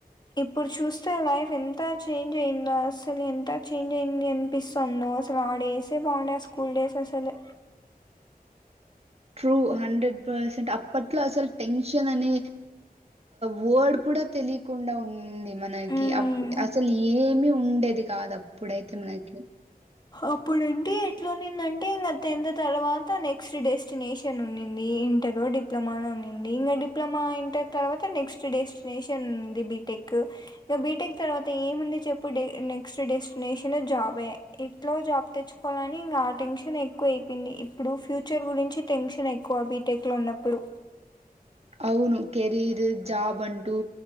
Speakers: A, on the left (about 25°); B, on the right (about 40°).
A: ఇప్పుడు చూస్తే లైఫ్ ఎంత చేంజ్ అయిందో అసలు ఎంత చేంజ్ అయింది అనిపిస్తుంది సలా డేస్ బాగుండ స్కూల్ డేస్ అసలు
B: ట్రూ హండ్రెడ్ పర్సెంట్ అప్పట్లో అసలు టెన్షన్ అనే వర్డ్ కూడా తెలియకుండా ఉంది మనకి
A: మ్మ్
B: అప్పు అసలు ఏమి ఉండేది కాదు అప్పుడైతే మనకి
A: అప్పుడండి ఎట్లాన్నిందంటే ఇంకా తింద తర్వాత నెక్స్ట్ డెస్టినేషన్ ఉన్నింది ఇంటర్ డిప్లొమా ఉన్నింది ఇంకా డిప్లొమా ఇంటర్ తర్వాత నెక్స్ట్ డెస్టినేషన్ ఉంది బిటి టెక్ ఇం బీటెక్ తర్వాత ఏముంది చెప్పు నెక్స్ట్ డెస్టినేషన్ జాబే ఎట్లో జాబ్ తెచ్చుకోవాలని ఇంకా ఆ టెన్షన్ ఎక్కువ అయిపోయింది ఇప్పుడు ఫ్యూచర్ గురించి టెన్షన్ ఎక్కువ బీటెక్ లో ఉన్నప్పుడు
B: అవును కెరీర్ జాబ్ అంటూ